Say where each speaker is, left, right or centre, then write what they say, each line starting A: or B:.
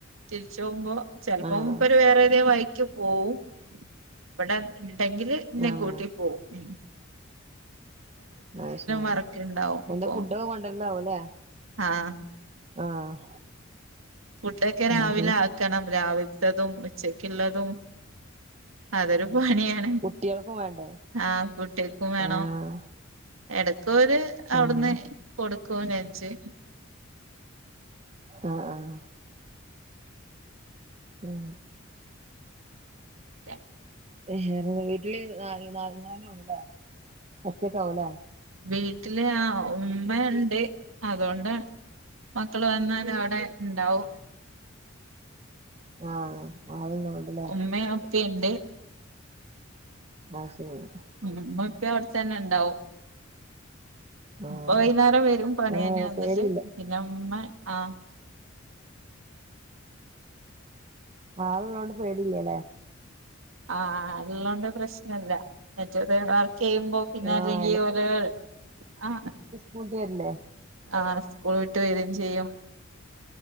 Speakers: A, on the right; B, on the right.
A: തിരിചോമ്പോ ചെൽപോ
B: ആഹ്
A: മൂപ്പര് വേറേതേ വയി പോവും വ്ടെ ണ്ടെങ്കില് ഇന്നെകൂട്ടി
B: ആഹ്
A: പോഉം
B: അയ്ശരി
A: വർക്ക് ഇണ്ടാവും
B: എന്ത
A: അപ്പൊ
B: ഫുഡൊക്കെ കൊണ്ടര്ലാവുംലെ
A: ആഹ്
B: ആഹ്
A: ഫുഡ്ഡോക്കെ
B: അത്
A: രാവിലെ
B: ശരി
A: ആക്കണം രാവിൽതതും ഉച്ചക്കിള്ളതും അതൊരു പണ്യണ്
B: കുട്ടികൾക്കും വേണ്ടേ
A: ആഹ് കുട്യക്കും വേണം
B: ആഹ്
A: എടക്കോര് അവുട്ന്ന്
B: ആഹ്
A: കൊടുകോ നച്
B: ആഹ് ആഹ് മ്
A: <inaudible>
B: വേറെ വീട്ട്ല് ന നാൽ നാൽ ണ്ടോ ഒറ്റക്ക ആകൂലേ
A: വീട്ടില് ആ ഉമ്മ ഉണ്ട് അതോണ്ട മക്കള് വന്നാല് അവിടെ ണ്ടാവും
B: ആഹ് ആള്ള്ളോണ്ട്ലെ
A: ഉമ്മയും ഉപ്പയും ഉണ്ട്
B: ന്നാ ശരി
A: ഉമ്മീം ഇപ്പി അവിടെ തന്നെ ണ്ടാവും
B: ആഹ്
A: ഇപ്പ വൈന്നേരം വരും പണി
B: പിന്നെ
A: കയിഞ്ഞു വന്നിട്ട്
B: പേടിയില്ല
A: പിന്നെ ഉമ്മ ആഹ്
B: ആള് ള്ളോണ്ട് പേടില്ലല്ലേ
A: ആഹ് ല്ലോണ്ട് പ്രശ്നല്ല മറ്റേത് വർക്ക്‌ ചെയ്യുമ്പോ പിന്നെ
B: ആഹ്
A: അല്ലെങ്കി ഓല് ആഹ്
B: കൂട്ടിയര്ല്ലേ
A: ആഹ് സ്കൂൾ വിട്ട് വരും ചെയ്യും